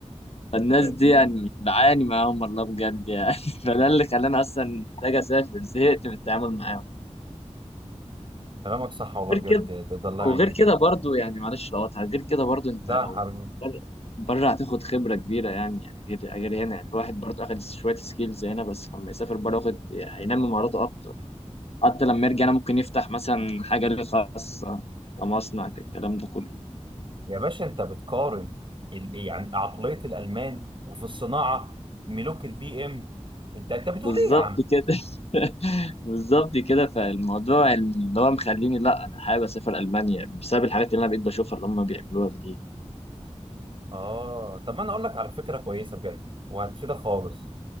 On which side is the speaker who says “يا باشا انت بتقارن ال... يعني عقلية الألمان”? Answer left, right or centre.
Right